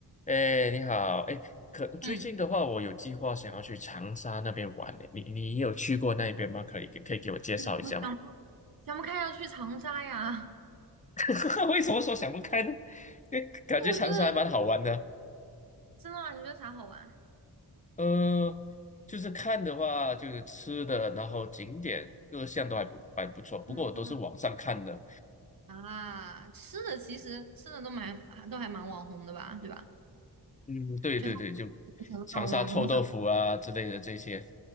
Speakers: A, on the left (about 20°); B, on the right (about 55°).
A: 哎，你好，哎，可最近的话，
B: 嗯，
A: 我有计划想要去长沙那边玩呢。你你有去过那边吗？可以可以给我介绍一下吗？
B: 你怎么想不想不开要去长沙呀？
A: <laughs> 为什么说想不开呢？因为感觉长沙还蛮好玩的。
B: <laughs> 因为我觉得真的吗？你觉得啥好玩？
A: 呃，就是看的话，就是吃的，然后景点各项都还不还不错。不过我都是网上看的。
B: 嗯啊，吃的其实吃的都蛮还都还蛮网红的吧，对吧？
A: 嗯，对对对，
B: 就它
A: 就
B: 那种网红小吃，
A: 长沙臭豆腐啊之类的这些。